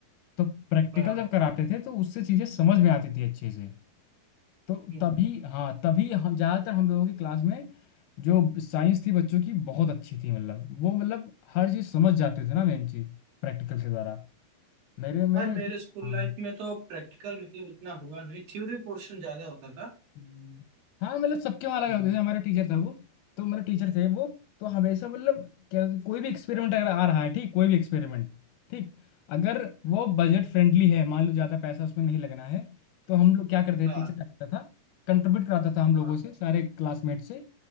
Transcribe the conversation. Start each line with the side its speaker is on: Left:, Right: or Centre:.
Left: तो प्रैक्टिकल
Right: हाँ
Left: जब कराते थे तो उससे चीज़ें समझ में आती थी अच्छे से तो
Right: हम्म।
Left: तभी हाँ तभी हम ज़्यादातर हम लोगों की क्लास में जो साइंस थी बच्चों की बहुत अच्छी थी मतलब वो मतलब हर चीज़ समझ जाते थे ना मेन चीज़ प्रैक्टिकल के द्वारा मेरे में
Right: भाई मेरे
Left: जो-
Right: स्कूल
Left: हाँ
Right: लाइफ में तो प्रैक्टिकल मतलब इतना हुआ नहीं थ्योरी पोर्शन ज्यादा होता था
Left: हम्म, हाँ मतलब सबके वहाँ लगे
Right: हम्म।
Left: होते थे हमारा टीचर था वो तो मेरे टीचर थे वो तो हमेशा मतलब क्या होता- है, कोई भी एक्सपेरिमेंट अगर आ रहा है ठीक कोई भी एक्सपेरिमेंट ठीक अगर वो बजट फ्रेंडली है मान लो ज़्यादा पैसा उसमें नहीं लगना है तो हम लोग क्या करते
Right: हाँ
Left: थे टीचर क्या करता था कंट्रीब्यूट कराता था हम लोगों
Right: हाँ
Left: से सारे क्लासमेट से